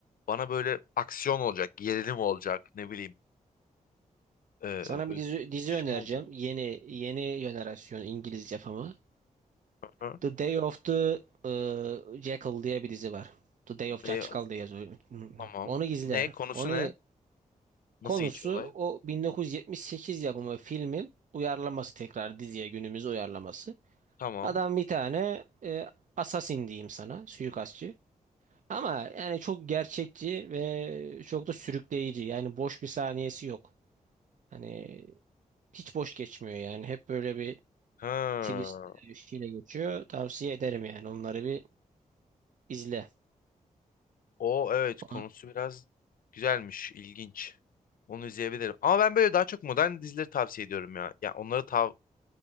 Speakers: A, on the left; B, on the right.
A: Bana böyle aksiyon olacak, gerilim olacak, ne bileyim. Ee,
B: Sana
A: böyle
B: bir dizi, dizi
A: çatışma
B: önereceğim.
A: olacak.
B: Yeni yeni jenerasyon İngiliz yapımı.
A: Hı hı.
B: The Day of the e, Jackal diye bir dizi var. The Day of
A: Ve
B: Jackal
A: of,
B: diye yazıyor.
A: tamam.
B: Onu izle.
A: Ne konusu
B: Onu
A: ne? Nasıl
B: konusu
A: geçiyor olay?
B: o 1978 yapımı filmin uyarlaması tekrar diziye günümüz uyarlaması.
A: Tamam.
B: Adam bir tane e, assassin diyeyim sana, suikastçı. Ama yani çok gerçekçi ve çok da sürükleyici. Yani boş bir saniyesi yok. Hani hiç boş geçmiyor yani. Hep böyle bir
A: Ha.
B: twist bir şeyle geçiyor. Tavsiye ederim yani. Onları bir izle.
A: O evet konusu
B: Ona-
A: biraz güzelmiş, ilginç. Onu izleyebilirim. Ama ben böyle daha çok modern dizileri tavsiye ediyorum ya. Ya onları tav